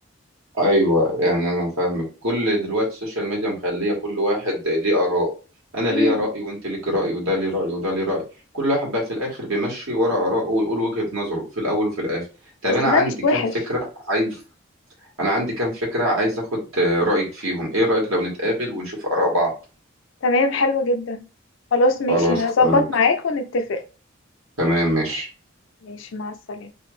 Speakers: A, on the right; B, on the left.
A: أيوه يعني أنا فاهمك كل دلوقتي السوشيال ميديا مخلية كل واحد ليه آراء أنا
B: امم
A: ليا رأي وأنت ليك رأي وده ليه رأي وده ليه رأي كل واحد بقى في الآخر بيمشي ورا آراءه ويقول وجهة نظره في الأول وفي الآخر طب
B: بس
A: أنا
B: ده
A: عندي
B: مش وحش
A: كام فكرة عايز أنا عندي كام فكرة عايز آخد رأيك فيهم إيه رأيك لو نتقابل ونشوف آراء بعض
B: تمام حلو جدا خلاص ماشي
A: خلاص
B: هظبط
A: تمام
B: معاك ونتفق
A: تمام ماشي
B: ماشي مع السلامة